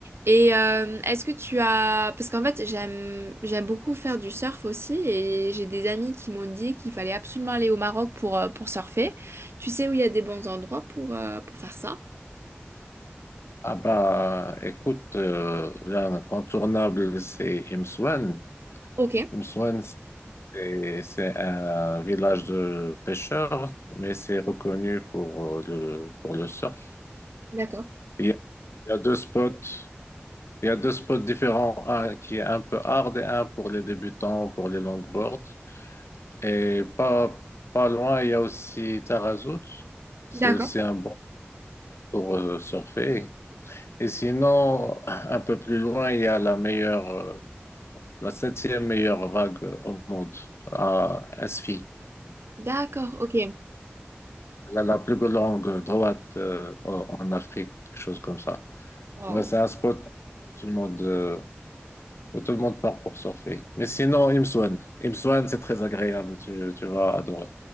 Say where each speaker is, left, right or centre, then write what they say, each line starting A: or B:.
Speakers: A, on the right; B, on the left.
A: Et euh, est-ce que tu as... Parce qu'en fait, j'aime j'aime beaucoup faire du surf aussi et j'ai des amis qui m'ont dit qu'il fallait absolument aller au Maroc pour, euh, pour surfer. Tu sais où il y a des bons endroits pour, euh, pour faire ça?
B: Ah bah, écoute, euh, l'incontournable, c'est Imsouane.
A: Ok,
B: Imsouane, c'est c'est un village de pêcheurs, mais c'est reconnu pour euh, le, pour le surf.
A: d'accord.
B: Il y a, il y a deux spots, il y a deux spots différents, un qui est un peu hard et un pour les débutants, pour les longboards. Et pas, pas loin, il y a aussi Tarazout. C'est
A: D'accord.
B: aussi un bon pour euh, surfer. Et sinon, un peu plus loin, il y a la meilleure euh, la septième meilleure vague euh, au monde à SFI.
A: D'accord, ok.
B: La, la plus longue droite euh, en en Afrique, quelque chose comme ça.
A: Wow.
B: Ouais, c'est un spot où tout le monde, euh, où tout le monde part pour surfer. Mais sinon, Imswan. Imswan, c'est très agréable, tu, tu vas adorer.